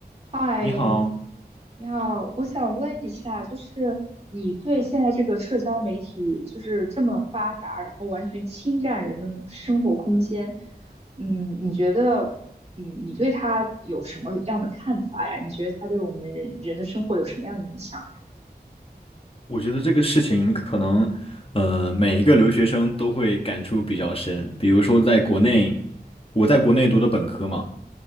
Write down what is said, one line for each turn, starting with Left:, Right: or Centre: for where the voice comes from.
Right: 嗨，
Left: 你好，
Right: 你好，我想问一下，就是你对现在这个社交媒体就是这么发达，然后完全侵占人们生活空间，嗯，你觉得，嗯，你对它有什么样的看法呀？你觉得它对我们人人的生活有什么样的影响呀
Left: 我觉得这个事情可能，呃，每一个留学生都会感触比较深。比如说，在国内，我在国内读的本科嘛，